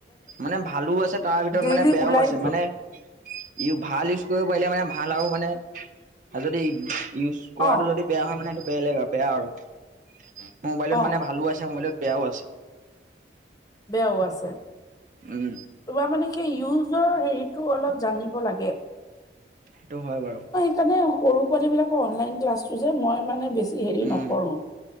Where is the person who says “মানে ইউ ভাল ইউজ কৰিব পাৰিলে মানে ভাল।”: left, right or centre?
Right